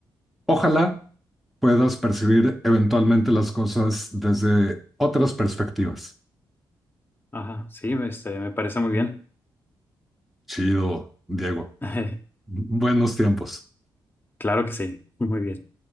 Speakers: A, in the centre; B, on the left.
A: ojalá puedas percibir eventualmente las cosas desde otras perspectivas.
B: ajá, sí, este, me parece muy bien.
A: Chido, Diego.
B: <laughs>
A: Buenos tiempos.
B: Claro que sí, muy bien.